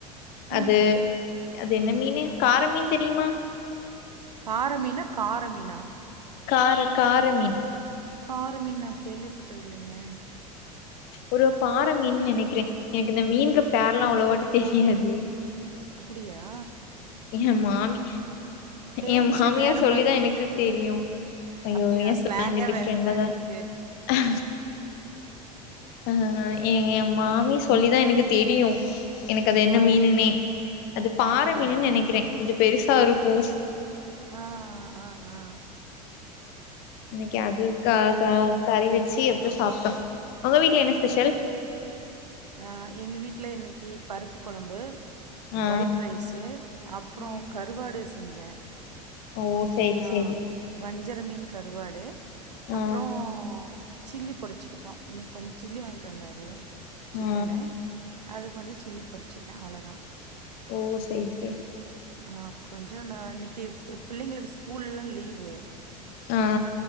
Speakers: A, on the right; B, on the left.
A: ம்
B: அது அது என்ன மீனு கார மீன் தெரியுமா
A: பாறமீனா காரமீனா
B: கார கார மீன்
A: கார மீன் நா கேள்விப்பட்டது இல்லங்க
B: ஒரு பாறை மீன் நெனக்கிறே எனக்கு இந்த மீனுக்கு பேரல்லா அவ்ளவாட்டோ தெரியாது
A: அப்டியா
B: ஏ மாமி
A: பேச்சு
B: என் மாமியார்
A: வேற
B: சொல்லிதா
A: மாதிரி
B: எனக்கு
A: இருக்குது
B: தெரியு அய்யோ
A: அப்படியா
B: எஸ்
A: ஸ்லாங்கே
B: டிஃபரெண்ட்டாதா
A: வேற மாரி இருக்கு
B: ஆ ஆ ஆ ஏ ஏ மாமி சொல்லிதா எனக்கு தெரியு எனக்கு அது
A: ஆ
B: என்ன மீனுனே அது பாறை
A: அப்படியா
B: மீனு நெனக்கிறே கொஞ்ச பெருசா இருக்கூ
A: ஆ ஆ ஆ ஆ
B: இன்னைக்கி அது க கறி வச்சு எடுத்து சாப்ட்டோ உங்க வீட்ல என்ன ஸ்பெஷல்
A: அ எங்க வீட்டுல இன்னைக்கி பருப்பு கொழம்பு
B: ஆ
A: ஒயிட் ரைஸு அப்பறோ
B: ம்
A: கருவாடு செஞ்சே
B: ஓ சேரி
A: ஆ
B: சேரி
A: வஞ்சர மீன் கருவாடு
B: ஆ
A: அப்றோ சில்லி பொரிச்சிக்கிட்டோ இன்னக்கி கொஞ்ச சில்லி வாங்கிகிட்டு வந்தாரு சிக்கனு
B: ஆ
A: அது கொஞ்ச சில்லி பொறிச்சிட்டே அவ்ளோதா
B: ஓ செரி செரி
A: ஆ கொஞ்ச நா இன்னைக்கி பிள்ளைங்களுக்கு ஸ்கூல்லல்லா லீவு
B: ஆ